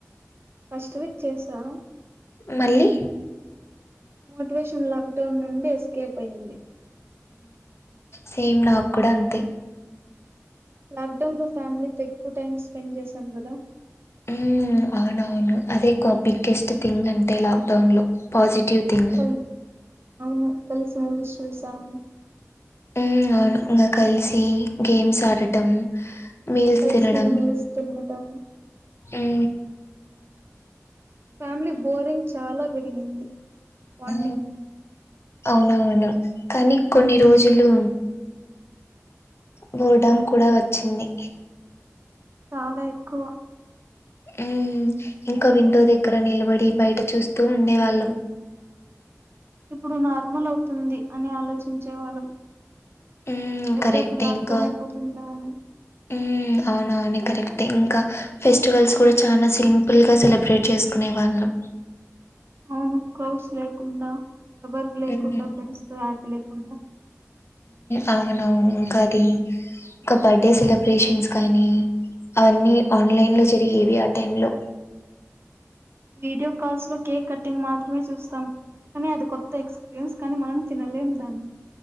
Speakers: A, on the right; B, on the left.
A: ఫస్ట్ వీక్ చేసా
B: మళ్ళీ
A: మోటివేషన్ లాక్డౌన్ నుండి ఎస్కేప్ అయింది
B: సేమ్ నాకు కూడా అంతే
A: లాక్డౌన్ లో ఫ్యామిలీతో ఎక్కువ టైం స్పెండ్ చేశాం కదా
B: ఉ అవునవును అదే కాపీకాస్ట్ థింగ్ అంటే లాక్డౌన్ లో పాజిటివ్ థింగ్
A: కల్ అవును కలిసి మూవీస్ చూసాము
B: ఉ అవును ఇంకా కలిసి గేమ్స్ ఆడటం మీల్స్
A: కలిసి
B: తినడం
A: మీల్స్ తినటం
B: ఉ
A: ఫ్యామిలీ బోరింగ్ చాలా పెరిగింది వార్నింగ్
B: ఆ అవునవును కానీ కొన్ని రోజులు బోర్డన్ కూడా వచ్చింది
A: చాలా ఎక్కువ
B: ఉ ఇంకా విండో దగ్గర నిలబడి బయట చూస్తూ ఉండేవాళ్ళం
A: ఇప్పుడు నార్మల్ అవుతుంది అని ఆలోచించే వాళ్ళం
B: ఉమ్
A: ఎప్పుడెప్పుడు
B: కరెక్ట్
A: లాక్డౌన్
B: ఇంకా
A: అయిపోతుందా అని
B: ఆమ్ అవునవును కరెక్ట్ ఇంకా ఫెస్టివల్స్ కూడా చాలా సింపుల్ గా సెలబ్రేట్ చేసుకునే వాళ్ళం
A: అవును క్రౌడ్స్ లేకుండా ఎవరు లేకుండా
B: మ్మ్
A: ఫ్రెండ్స్ తో హ్యాపీ లేకుండా
B: అవునవును ఇంకా అది ఇంకా బర్త్డే సెలబ్రేషన్స్ కానీ అవన్నీ ఆన్లైన్ లో జరిగేవి ఆ టైమ్ లో
A: వీడియో కాల్స్ లో కేక్ కట్టింగ్ మాత్రమే చూస్తాం కానీ అది కొత్త ఎక్స్పీరియన్స్ కానీ మనం తినలేము దాన్ని